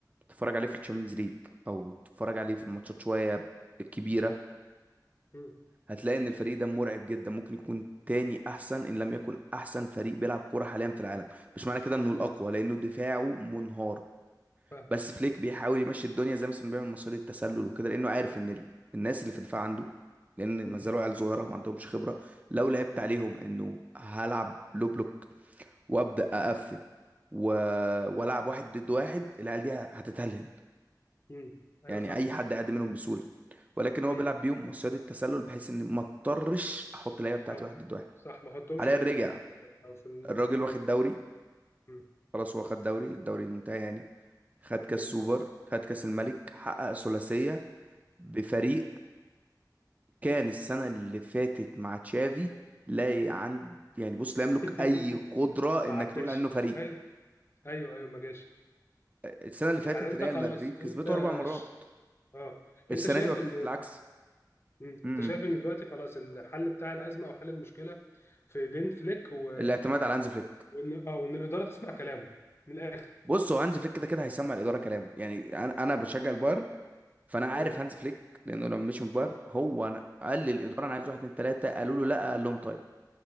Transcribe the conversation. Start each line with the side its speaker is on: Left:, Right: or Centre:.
Right: تتفرج عليه في الشامبيونز ليج او تتفرج عليه في الماتشات شويه الكبيره
Left: مم.
Right: هتلاقي ان الفريق ده مرعب جدا ممكن يكون تاني احسن ان لم يكن احسن فريق بيلعب كوره حاليا في العالم مش معنى كده انه الاقوى لانه دفاعه منهار
Left: فاهم
Right: بس فليك بيحاول يمشي الدنيا زي مثلا بيعمل مصيدة التسلل وكده لانه عارف ان ال... الناس اللي في الدفاع عنده لان
Left: مم.
Right: ما زالوا عيال صغيره ما عندهمش خبره لو لعبت
Left: مم.
Right: عليهم انه هلعب لو بلوك وابدا اقفل و... والعب واحد ضد واحد العيال دي هتتهلهل
Left: مم. ايوه
Right: يعني
Left: صح
Right: اي حد يعدي منهم بسهوله ولكن هو
Left: مم.
Right: بيلعب بيهم مصيدة التسلل بحيث ان ما اضطرش احط اللعيبه بتاعتي
Left: اه
Right: واحد ضد واحد
Left: صح ما احطهمش
Right: حاليا
Left: في
Right: رجع
Left: ال- في الازمه او في النقطه
Right: الراجل
Left: دي
Right: واخد دوري
Left: مم.
Right: خلاص هو خد دوري الدوري انتهى يعني خد كاس
Left: مم.
Right: سوبر خد كاس الملك حقق ثلاثيه بفريق كان السنة اللي فاتت مع تشافي لا ي- عند يعني بص لا يملك
Left: <laughs>
Right: أي قدرة
Left: ما
Right: إنك
Left: عداش
Right: تقول عنه فريق
Left: ايوه ايوه ايوه ما جاش
Right: السنة اللي
Left: يعني
Right: فاتت
Left: انت
Right: ريال
Left: خلاص
Right: مدريد
Left: انت
Right: كسبته أربع مرات
Left: ش... اه
Right: السنة
Left: انت شايف
Right: دي وكس-
Left: ان
Right: العكس
Left: مم.
Right: امم
Left: انت شايف ان دلوقتي خلاص الحل بتاع الازمه او حل المشكله في ايدين فليك و...
Right: الاعتماد على هانز فليك
Left: وان اه وان الاداره تسمع كلامه من الاخر
Right: بص هو هانز فليك كده كده هيسمع الإدارة كلامه يعني أنا أنا بشجع البايرن فأنا عارف
Left: مم.
Right: هانز فليك لأنه لما مشي من البايرن هو أنا قال للإدارة أنا عايز واحد اتنين تلاتة قالوا له لأ قال لهم طيب